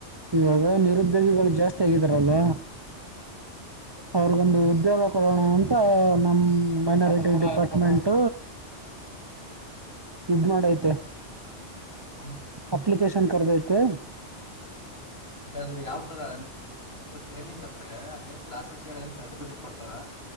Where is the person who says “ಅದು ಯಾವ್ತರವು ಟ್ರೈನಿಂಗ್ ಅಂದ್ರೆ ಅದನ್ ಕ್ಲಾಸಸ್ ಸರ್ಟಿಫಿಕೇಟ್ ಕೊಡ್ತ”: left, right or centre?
Left